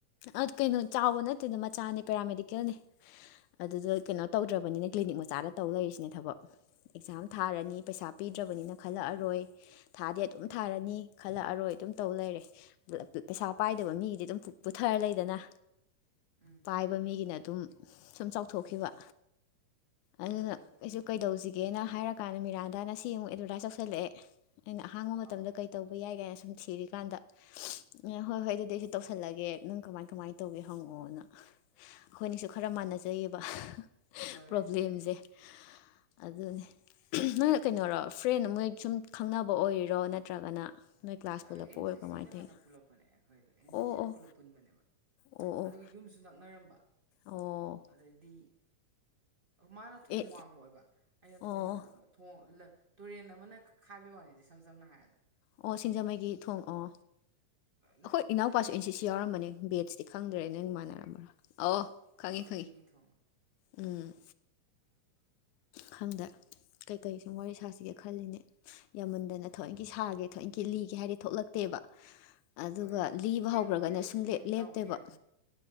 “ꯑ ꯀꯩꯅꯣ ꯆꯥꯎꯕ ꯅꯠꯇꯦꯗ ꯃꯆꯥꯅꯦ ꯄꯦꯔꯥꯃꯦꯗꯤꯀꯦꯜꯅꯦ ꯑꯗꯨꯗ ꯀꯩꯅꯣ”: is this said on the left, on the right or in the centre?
Left